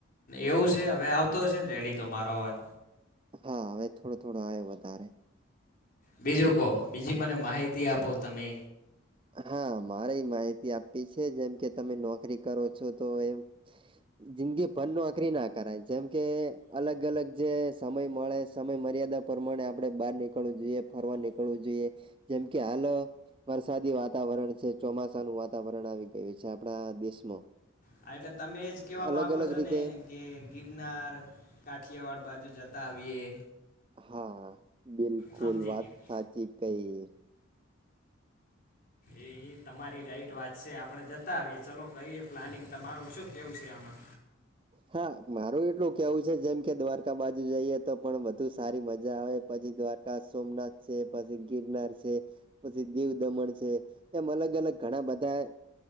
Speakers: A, on the left (about 45°); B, on the right (about 25°).
A: એવું છે હવે આવતો હશે ને રેડી તો મારો અવાજ.
B: હા હવે થોડો થોડો આવયો વધારે.
A: બીજું કહો બીજી મને માહિતી આપો તમે.
B: હા મારે માહિતી આપી છે જેમ કે તમે નોકરી કરો છો તો એમ. જિંદગી ભર નીકરી ના કરાય જેમ કે અલગ અલગ જે સમય મળે સમય મર્યાદા પ્રમાણે આપડણે બહાર નીકળવું જોઈએ ફરવા નીકળવું જોઈએ જેમ કે હાલ. વરસાદી વાતાવરણ છે ચોમાસાનું વાતાવરણ આવી ગયું છે આપણા દેશમાં.
A: હા એટલે તમે એજ કેવા
B: અલગ
A: માંગો
B: અલગ
A: છો
B: રીતે
A: ને. કે ગિરનાર કાઠિયાવાડ બાજુ જતા આવીએ.
B: હા બિલકુલ
A: સમજી
B: વાત
A: ગયા
B: સાચી કઈ.
A: એ ઈ તમારી રાઈટ વાત. છે આપણે જતા આવીએ ચલો કરીએ પ્લાનિંગ તમારું શું કેવું છે આમાં.
B: હા મારું એટલું કેવું છે જેમ કે દ્વારકા બાજુ જઈએ તો પણ વધુ સારી મજા આવે. પછી દ્વારકા સોમનાથ છે પછી ગિરનાર છે. પછી દીવ દમણ છે એમ અલગ અલગ ઘણા બધા.